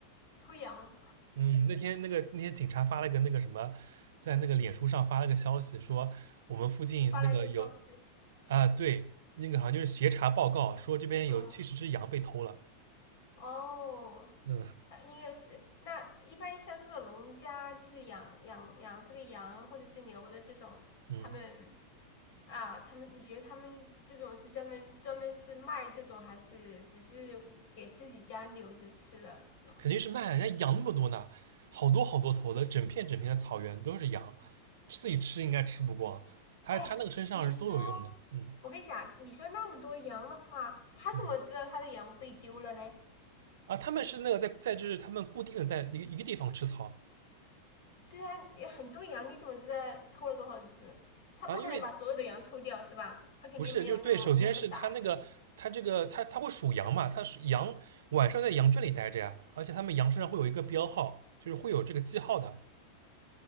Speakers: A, on the left; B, on the right.
A: 偷羊，
B: 嗯，那天那个那天警察发了个那个什么，在那个脸书上发了个消息说我们附近那个有
A: 发了一个告示，
B: 啊，对，那个好像就是协查报告说这边有七十只羊被偷了，
A: 嗯。哦，
B: 嗯
A: 它应该是那一般像这种农家，就是养养养这个羊或者是牛的这种，
B: 嗯。
A: 他们啊，他们你觉得他们这种是专门专门是卖这种，还是只是给自己家留着吃的这种？
B: 肯定是卖啊，人家羊那么多呢，好多好多头的，整片整片的草原都是羊，自己吃应该吃不光。它它那个身上是都有用的，
A: 哎，你说，
B: 嗯
A: 我跟你讲，你说那么多羊的话，他怎么知道他的羊被丢了嘞？
B: 嗯啊，他们是那个在在就是他们固定的在一个一个地方吃草
A: 对啊，很多羊你怎么知道偷了多少只？他不可能把所有的羊偷掉是吧？
B: 啊，因为
A: 他肯定没有那么那么傻。
B: 不是就是对，首先是它那个它这个它它会数羊嘛，它是羊晚上在羊圈里待着呀，而且他们羊身上会有一个标号，就是会有这个记号的，